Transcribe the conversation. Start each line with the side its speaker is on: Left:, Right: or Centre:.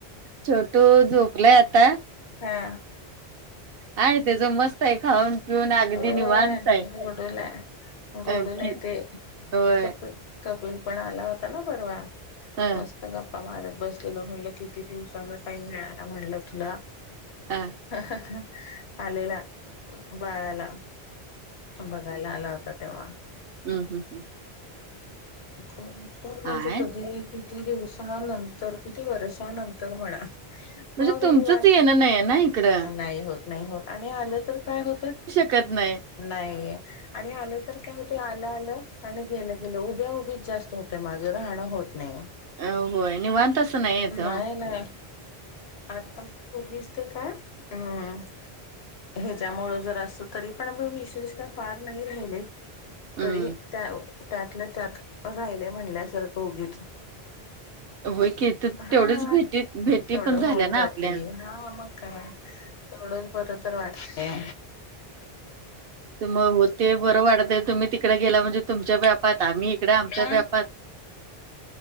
Right: छोटू झोपलाय आता.
Left: हा.
Right: आणि त्याचं मस्त ए खाऊन पिऊन अगदी
Left: होय...
Right: निवांत आहे.
Left: गोडूला...
Right: अ
Left: गोडूलाय
Right: की
Left: ते...
Right: होय
Left: कप कपिल पण आला होता ना परवा...
Right: अ
Left: मस्त गप्पा मारत बसलेलो... म्हणलं किती दिवसानं टाईम मिळाला म्हणलं तुला.
Right: हा.
Left: हं हं हं... आलेला बाळाला बघायला आला होता तेव्हा.
Right: हूं हूं हूं.
Left: खूप... खूप म्हणजे
Right: काय
Left: कधी? किती दिवसानंतर... किती वर्षनंतर म्हणा.
Right: म्हणजे
Left: मग
Right: तुमचंच
Left: निवांत.
Right: येणं नाहीये ना इकडं
Left: नाही होत. नाही होत. आणि आणलं तर काय होत?
Right: कत नाय.
Left: नाही. आणि आलं तर काय होत? आलं - आलं आणि गेलं- गेलं. उभ्या - उभीच जास्त होते माझं. राहणं होत नाही.
Right: अ होय निवांत असं येत ओ.
Left: नाही, ना. आता ऊघीस ते काय? अम्. ह्याच्यामुळ जर अस. तरी पण मी <unintelligible> <unintelligible> फार नाही राहिले.
Right: हम्म
Left: तरी त्या- त्यातल्या त्यात राहिले म्हणल्यासारखं, उगीच.
Right: होय, की. ते
Left: हा
Right: तेवढीच भेटी - भेटी
Left: तेवढं
Right: पण झाल्या
Left: होऊन
Right: ना,
Left: जाते
Right: आपल्या.
Left: हा, मग काय. तेवडंच बरं तर वाटतय.
Right: मग होते. बरं वाटतय. तुम्ही तिकडे गेला म्हणजे, तुमच्या बा्यापात. आम्ही इकडे आमच्या
Left: हा,
Right: व्यापात.